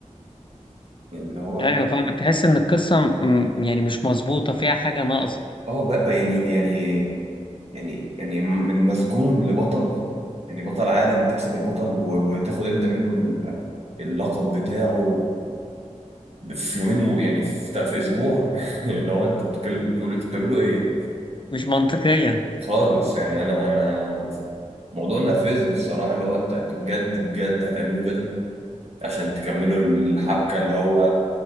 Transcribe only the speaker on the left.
أيوة فاهمك تحس إن القصة م- يعني مش مظبوطة فيها حاجة ناقصة
مش منطقية